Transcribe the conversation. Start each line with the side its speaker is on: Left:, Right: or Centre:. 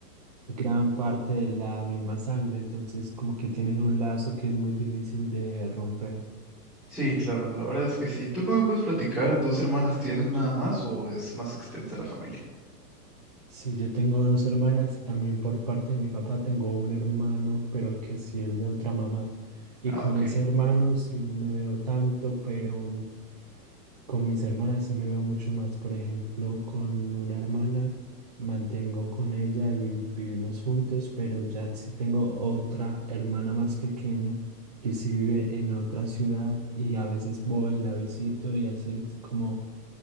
Right: gran parte de la misma sangre, entonces como que tienen un lazo que es muy difícil de romper.
Centre: Sí, claro, la verdad es que sí. ¿Tú cómo me puedes platicar? ¿Dos hermanas tienes nada más o es más extensa la familia?
Right: Sí, yo tengo dos hermanas y también por parte de mi papá tengo un hermano, pero que sí es de otra mamá. Y
Centre: Ah,
Right: con
Centre: ok.
Right: ese hermano sí no me veo tanto, pero con mis hermanas sí me veo mucho más. Por ejemplo, con una hermana mantengo con ella y vivimos juntos, pero ya sí tengo otra hermana más pequeña que sí vive en otra ciudad y a veces voy y la visito y así es como,